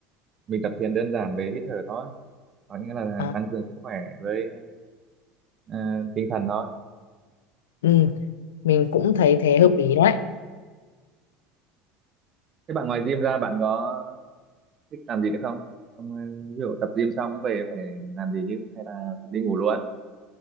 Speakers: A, on the right; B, on the left.
A: mình tập thiền đơn giản về hít thở thôi có nghĩa là
B: à,
A: tăng cường sức khỏe với à, tinh thần thôi
B: ừ, mình cũng
A: Ừ.
B: thấy thế hợp lý đấy.
A: thế bạn ngoài gym ra bạn có thích làm gì nữa không Xong, ờ, ví dụ tập gym xong về phải làm gì chứ hay là đi ngủ luôn